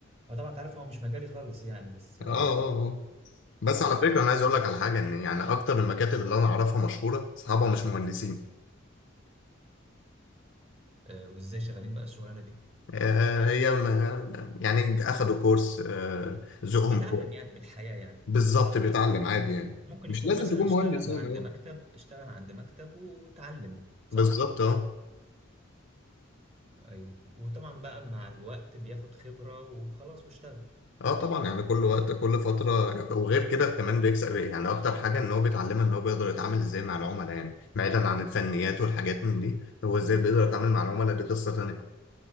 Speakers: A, on the right; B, on the left.
A: آه، طبعا انت عارف هو مش مجالي خالص يعني بس
B: اه
A: آه،
B: اه اه بس
A: بس
B: على فكره
A: بصراحة،
B: انا عايز اقول لك على حاجه ان يعني اكتر المكاتب اللي انا اعرفها مشهوره اصحابها مش مهندسين
A: آه، وازاي شغالين بقى الشغلانة دي
B: آه هي م- يعني اخدوا كورس آه ذوقهم
A: بيتعلم يعني من الحياة يعني
B: بالظبط بيتعلم عادي يعني
A: ممكن
B: مش
A: يكون
B: لازم
A: مثلا
B: تكون
A: اشتغل
B: مهندس يعني
A: عند
B: اه
A: مكتب اشتغل عند مكتب واتعلم صح؟
B: بالظبط اه
A: ايوه وطبعا بقى مع الوقت بياخد خبرة وخلاص واشتغل
B: اه طبعا يعني كل وقت كل فترة وغير كده كمان بيكسب ايه يعني أكتر حاجة إن هو بيتعلمها إن هو بيقدر يتعامل إزاي مع العملاء يعني بعيدا عن الفنيات والحاجات من دي هو إزاي بيقدر يتعامل مع العملاء دي قصة تانية